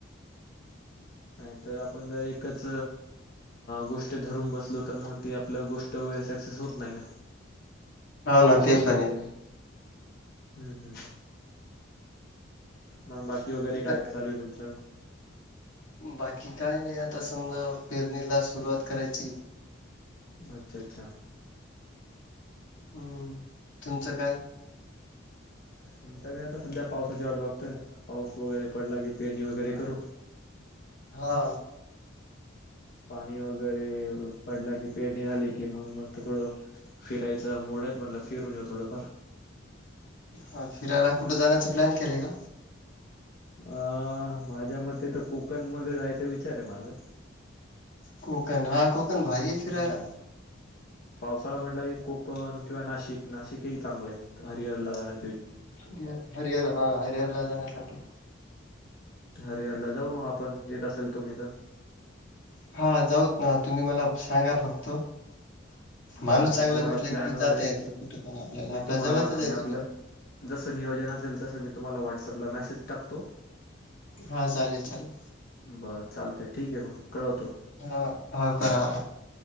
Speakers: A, on the left; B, on the left.
A: <inaudible> नाही तर आपण जर एकच गोष्ट धरून बसलो तर मग ते आपल्या गोष्ट सक्सेस होत नाही ना.
B: हो ना
A: यशस्वी
B: ते पण
A: होत
B: आहे.
A: नाही. हम्म, हम्म. मग बाकी वगैरे
B: इथ
A: काय चालू आहे तुमचं?
B: बाकी काय नाही आता समजा पेरणीला सुरुवात करायची.
A: अच्छा अच्छा.
B: हम्म तुमचं काय?
A: आमचं काय आता सध्या पावसाची वाट बगतोय पाऊस वगैरे पडला की पेरणी वगैरे करू.
B: हा.
A: पाणी वगैरे पडला की पेरणी झाली की मग मस्त थोडं फिरायच मूड थ म्हट फिरून येऊ थोडंफार
B: हा फिरायला कुठे जाण्याचा प्लॅन केलंय ग
A: अं माझ्या मते तर कोकण मध्ये जायचा विचार आहे माझा
B: कोकण हा कोकण भारी आहे
A: हम्म
B: फिरायला
A: पावसाळा म्हटलं की कोकण किंवा नाशिक नाशिक हे चांगले आहेत हरिहरला जाण्या
B: हरिर हरिहर हा हरिहर ला जाण्यासाठी
A: अरे यारला जाऊ मग आपण येत असेल तो मी तर
B: हा जाऊत ना तुम्ही मला सांगा फक्त माणूस
A: बरं
B: चांगला
A: मी तुम्हाला
B: भेटला
A: प्लॅन
B: कि
A: वगैरे
B: जाता येतो कुठं पण आपल्याला
A: मी
B: आपल्या
A: तुम्हाला
B: जवळतच
A: म्हणजे
B: आहे
A: आपलं
B: तु मी
A: जसं नियोजन असेल तसं मी तुम्हाला व्हॉट्सअपला मेसेज टाकतो
B: हा चालेल चालेल
A: बर चालतंय ठीक आहे मग कळवतो
B: हा हा करा आराम.